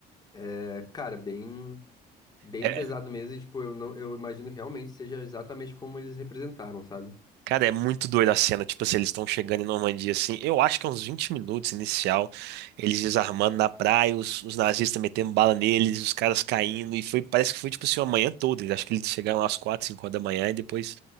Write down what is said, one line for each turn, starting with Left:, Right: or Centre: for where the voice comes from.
Left: é, cara, bem, bem
Right: É,
Left: pesado mesmo. E, tipo, eu não, eu imagino que realmente seja exatamente como eles representaram, sabe?
Right: Cara, é muito doida a cena. Tipo assim, eles estão chegando em Normandia, assim. Eu acho que é uns 20 minutos inicial. Eles desarmando na praia, os, os nazistas metendo bala neles, os caras caindo. E foi, parece que foi, tipo assim, uma manhã toda. Eles- Acho que eles chegaram às 4, 5 horas da manhã e depois